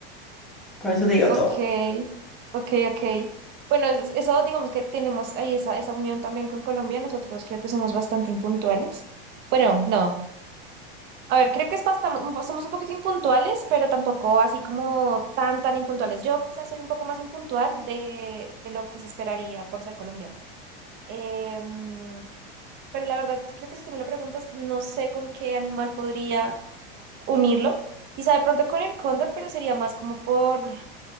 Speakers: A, in the centre; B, on the right (about 35°).
A: Con eso te digo
B: Ok,
A: todo.
B: ok, ok. Bueno, eso, eso digamos que tenemos ahí esa, esa unión también con Colombia. Nosotros creo que somos bastante impuntuales. Bueno, no. A ver, creo que es bastante, somos un poquito impuntuales, pero tampoco así como tan, tan impuntuales. Yo quizás soy un poco más impuntual de, de lo que se esperaría por ser colombiana. Em, pero la verdad, creo que si tú me lo preguntas, no sé con qué animal podría unirlo. Quizá de pronto con el cóndor, pero sería más como por